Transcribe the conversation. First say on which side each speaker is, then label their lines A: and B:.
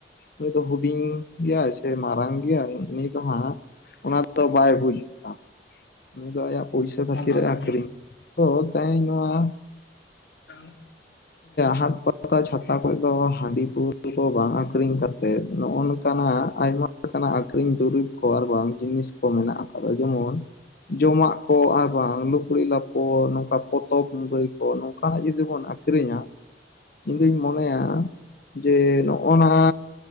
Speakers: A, on the left; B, on the left.
A: ᱩᱱᱤ ᱫᱚ ᱦᱩᱰᱤᱧ ᱜᱮᱭᱟᱭ ᱥᱮ ᱢᱟᱨᱟᱝ ᱜᱮᱭᱟᱭ ᱩᱱᱤ ᱫᱚ ᱦᱟᱸᱜ ᱚᱱᱟ ᱫᱚ ᱵᱟᱭ ᱵᱩᱡᱽ ᱫᱟ ᱩᱱᱤ ᱫᱚ ᱟᱭᱟᱜ ᱯᱚᱭᱥᱟ
B: ᱚᱱᱟ
A: ᱠᱷᱟᱹᱛᱤᱨ
B: ᱫᱚ
A: ᱮ
B: ᱦᱮᱸ
A: ᱟᱠᱷᱨᱤᱧᱟ ᱛᱚ ᱛᱮᱦᱮᱧ ᱱᱚᱣᱟ
B: <inaudible>
A: ᱦᱟᱴ ᱯᱟᱛᱟ ᱪᱷᱟᱛᱟ ᱠᱚᱨᱮ ᱫᱚ ᱦᱟᱺᱰᱤ ᱯᱟᱹᱣᱟᱹ ᱠᱚ ᱵᱟᱝ ᱟᱠᱷᱨᱤᱧ ᱠᱟᱛᱮᱫ ᱱᱚᱜᱼᱚ ᱱᱚᱝᱠᱟ ᱟᱭᱢᱟ ᱞᱮᱠᱟᱱᱟᱜ ᱟᱠᱷᱨᱤᱧ ᱫᱩᱨᱤᱵᱽ ᱠᱚ ᱟᱨ ᱵᱟᱝ ᱡᱤᱱᱤᱥ ᱠᱚ ᱢᱮᱱᱟᱜ ᱟᱠᱟᱫᱟ ᱡᱮᱢᱚᱱ ᱡᱚᱢᱟᱜ ᱠᱚ ᱟᱨ ᱵᱟᱝ ᱞᱩᱜᱽᱲᱤ ᱞᱟᱯᱚ ᱱᱚᱝᱠᱟ ᱯᱚᱛᱚᱵ ᱢᱩᱨᱟᱹᱭ ᱠᱚ ᱱᱚᱝᱠᱟᱱᱟᱜ ᱡᱩᱫᱤ ᱵᱚᱱ ᱟᱹ ᱟᱹᱠᱷᱨᱤᱧᱟ ᱤᱧ ᱫᱩᱧ ᱢᱚᱱᱮᱭᱟ ᱡᱮ ᱱᱚᱜᱚᱱᱟ